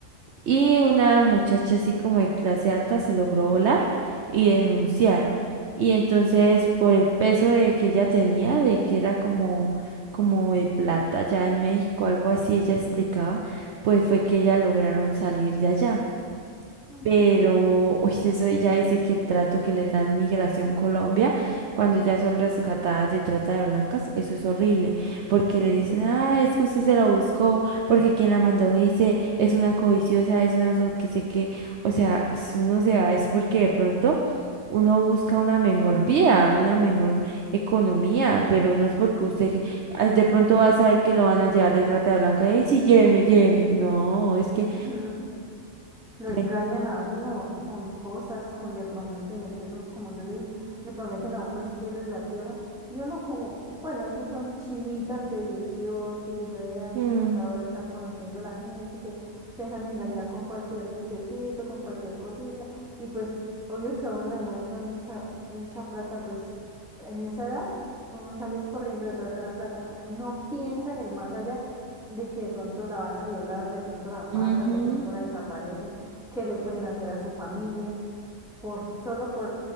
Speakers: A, on the right; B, in the centre.
A: y una muchacha así como de clase alta se logró volar y denunciar.
B: sí,
A: Y entonces por el peso de que ella tenía, de que era como, como de plata ya en México, algo así, ella explicaba, pues fue que ellas lograron salir de allá.
B: mm,
A: Pero, uy, sí, eso ya dice que el trato que les dan Migración Colombia cuando ya son rescatadas de trata de blancas, eso es horrible, porque
B: no,
A: les dicen,
B: pero...
A: ah, es que usted se la buscó, porque quien la mandó dice, es una codiciosa, es una so- que sé qué, o sea, si uno se va es porque de pronto uno busca una mejor vida, una mejor economía, pero no es porque usted que- ah, de pronto va a saber que lo van a llevar de trata de blancas, y sí, lléveme, lléveme, no, es que...
B: sí. lo engañan
A: re-
B: a uno eh, con cosas, con le prometen el cielo, como yo le dije, le prometen a uno el cielo y la tierra, y uno como, bueno, esos son chinitas de 18, diecinueve años
A: Mm,
B: que hasta ahora están conociendo a la gente, que se dejan engañar con cualquier dulcecito, con cualquier cosita, y pues, obvio, si a uno le muestran mucha, mucha plata, pues, en esa edad, uno sale es corriendo detrás de la plata, no, no piensa en el más allá de que de pronto la van a violar, de pronto la matan,
A: ujú.
B: de pronto la desaparecen que le pueden hacer a su familia por solo por